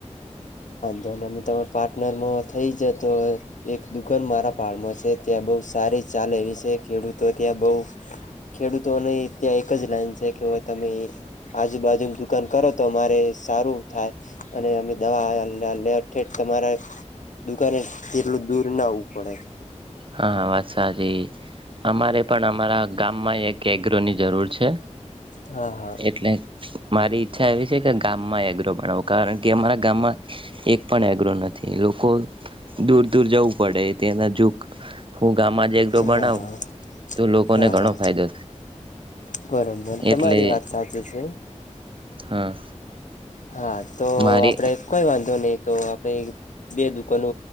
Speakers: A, on the left; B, on the right.
A: જોને અમે તમાર પાર્ટનરમાં થઈ જ તો. એક દુકાન મારા. ફારમર છે ત્યાં બહુ સારી ચાલે એવી છે ખેડૂતો ત્યાં બહુ ખેડૂતોને. ત્યાં એક જ લાઈન છે કે તમે આજુબાજુ દુકાન કરો તો અમારે સારું થાય. અને અમે દવા લ ઠે તમારા દુકાને જેટલું દૂર ના આવવું પડે.
B: હા. સાચી અમારે પણ અમારા ગામમાં એક એગ્રોની જરૂર છે.
A: હા હા
B: એટલે મારી ઈચ્છા એવી છે કે ગામમાં એગ્રો બનાો કારણ કે અમારા ગામમાં એક પણ એગ્રો નથી લોકો દૂર દૂર જવું પડે ત્યાના જો હું ગામમાં જ એકડો
A: હા
B: બનાવું
A: હા
B: તો લોકોને
A: હા
B: ઘણો
A: હા
B: ફાયદો થાય
A: બરોબર તમારી
B: એટલે
A: વાત સાચી છે
B: હા.
A: હા તો
B: મારી
A: આપડે કોઈ વાંધો નહી. તો આપડે બે દુકાનો